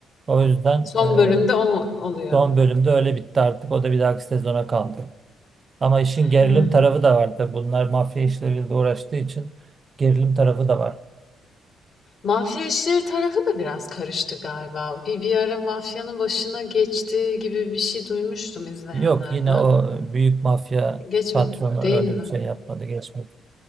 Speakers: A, on the right (about 45°); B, on the left (about 45°).
A: O yüzden
B: Son
A: eee,
B: bölümde o mu oluyor?
A: son bölümde öyle bitti artık o da bir dahaki sezona kaldı. Ama işin gerilim
B: He.
A: tarafı da var tabii. Bunlar mafya işleriyle uğraştığı için gerilim tarafı da var.
B: Mafya işleri tarafı da biraz karıştı galiba. Bir, bir ara mafyanın başına geçtiği gibi bir şey duymuştum izleyenlerden.
A: Yok yine o büyük mafya
B: Geç
A: patronu
B: Değil
A: öyle
B: mi?
A: bir şey yapmadı geçmedi.